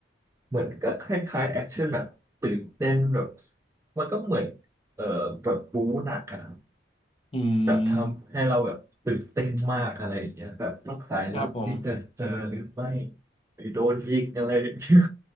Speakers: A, on the right; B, on the left.
A: เหมือนก็คล้ายๆแอคชั่นแบบตื่นเต้นแบบมันก็เหมือนเออแบบบู๊หนักอะ
B: อืม
A: แบบทำให้เราแบบตื่นเต้นมากอะไรอย่างเงี้ยแบบต้องสายลับนี่จะเจอหรือไม่
B: ครับผม
A: หรือโดนยิงอะไรอย่างเงี้ย